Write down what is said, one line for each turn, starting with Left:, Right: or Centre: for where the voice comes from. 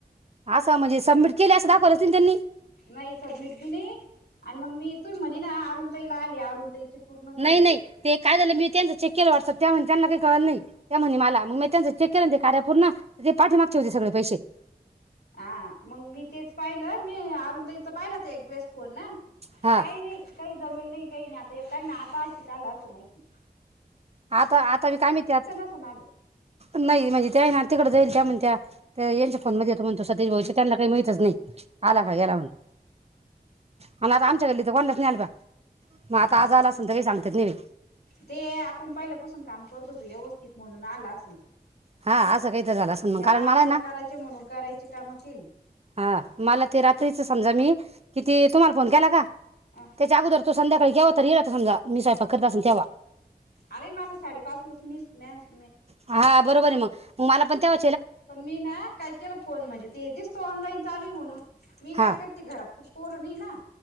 Right: अस म्हणजे सबमिट केले असं दाखवत असतील त्यांनी
Left: नाही सबमिट बी नाही आणि मग मी तुम्ही म्हणे ना अरुण तईला आले अरुण तईचे पूर्ण झाले.
Right: नाही नाही ते काय झालं मी त्यांचं चेक केलं वाटत त्या म्हणत्या त्याना काही कळलं नाही त्या म्हणे मला मग म त्यांचं चेक केलं ना ते कार्या पूर्ण ते पाठीमागचे होते सगळे पैसे
Left: हा मग मी तेच पाहिलं मी अरुण ताईच पाहिलं तर एक वेळेस फोन ना
Right: हा
Left: काही नाही काही जमन नाही काही नाही आता त्यांना आता शिका आलं असं नाही कि
Right: आता आता बी काय माहिती आज
Left: नसून आलं
Right: नाई म्हणजे काय ये ना तिकड जाईल त्या म्हणत्या ते यांच्या फोनमध्ये येतो म्हणतो सतीश भाऊचा त्यांना काही माहितच नाही.
Left: हा
Right: आला का गेलाऊन आणि आता आम गल्लीच वांदाच नाही आल् बा मग आता
Left: जाऊ
Right: आज आला
Left: दे
Right: असेल तर काही सांगतात नाही
Left: ते आपण पहिलं काम करतो होत व्यवस्थित म्हणून आला असल ते
Right: हा असं काही तर झालं असं मग
Left: या
Right: कारण
Left: बायानं
Right: मला आहे ना
Left: करायचे म्हणून करायची काम केली
Right: हा मला ते रात्रीच समजा मी किती तुम्हाला फोन केला का?
Left: अ
Right: त्याच्या अगोदर तो संध्याकाळी घ्यावा तर येला समजा मी सयंपाक करत असीन तेवा.
Left: अरे मला साडेपाच लाच मी म
Right: हा बरोबर आहे मग म मला पण तेवा
Left: पण मी ना काय केलं फोन म्हणजे ते दिसतो ऑनलाईन चालू आहे म्हणून मी काय
Right: हा
Left: करते घरात पोर नाही ना.